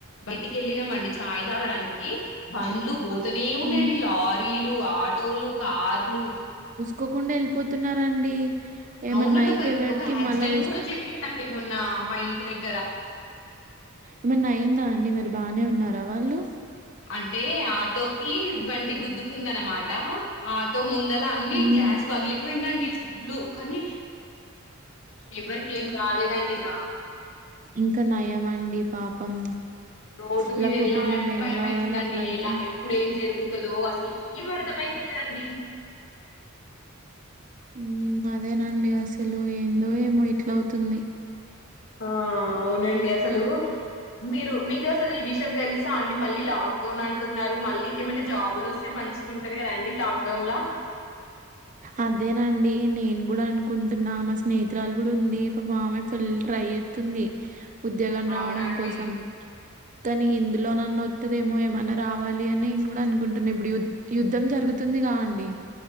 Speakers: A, on the left; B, on the right.
A: బయటికి వెళ్ళినామండి చాయ్ తాగడానికి బండ్లు పోతనే ఉన్నాయండి
B: ఉమ్,
A: లారీలు ఆటోలు. కార్లు
B: కోకుండా వెళ్ళిపోతున్నారండి. ఏమన్నా
A: అవునండి
B: అయితే
A: ఒక
B: ఎవరికి
A: ఒక యాక్సిడెంట్
B: మళ్ళా
A: కూడా జరిగిందండి మొ న్న మా ఇంటి దగ్
B: ఏమన్న అయిందా అండి మరి బానే ఉన్నారా వాళ్ళు?
A: అంటే ఆటోకి బండి గుద్దుకుందనమాట, ఆటో ముందలా అన్ని
B: ఉమ్
A: గ్లాస్ పగిలి పోయిందండి ఫుల్లు, కానీ ఎవరికి ఏం కాలేదండి ఇగా.
B: ఇంకా నయం అండి పాపం
A: రోడ్డు
B: ఇలా
A: మీద వెళ్ళాలంటే
B: కుటుంబం ఏం
A: భయమైతుందండి.
B: కావాలి అట్లా అయితే
A: ఎలా ఎప్పుడు ఏం జరుగు తదో అసలు ఏం అర్థమైతలేదండి.
B: హ్మ్ అదేనండి అసలు ఎ ఏందో ఏమో ఇట్లా అవుతుంది.
A: ఆ అవునండి అసలు మీరు మీకు అసలు ఈ విషయం తెల్స్ అండి మళ్ళీ లాక్ డౌన్ అంటున్నారు మళ్ళీ ఏమన్న జాబులొస్తే మంచిగా ఉంటది కదండి లాక్డౌన్ లా
B: అదేనండి నేను కూడా అనుకుంటున్నా మా స్నేహితురాలు కూడా ఉంది పాపం ఆమె ఫుల్ ట్రై ఎత్తుంది ఉద్యోగం రావడాని
A: అవునండి
B: కోసం కానీ ఇందులోనన్న వత్తదేమో ఏమన్నా రావాలి అని నేను కూడా అనుకుంటున్నా ఇప్పుడు యుద్ యుద్ధం జరుగుతుంది కా అండి.